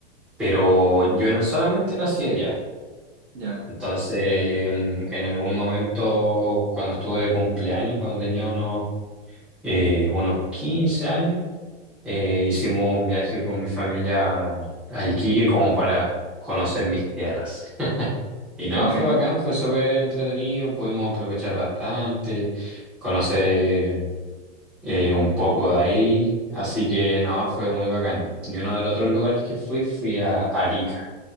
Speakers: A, in the centre; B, on the right.
A: pero yo no solamente nací allá.
B: ya,
A: Entonces, mm, en algún momento, cuando estuve de cumpleaños, cuando tenía unos, eh, unos 15 años, Eh, hicimos un viaje con mi familia a Iquique como para conocer mis tierras. <laughs> Y nada,
B: qué buena.
A: fue bacán, fue súper entretenido, pudimos aprovechar bastante, conocer eh, un poco de ahí, así que no, fue muy bacán.
B: sí,
A: Y uno de los otros lugares que fui, fui a Arica.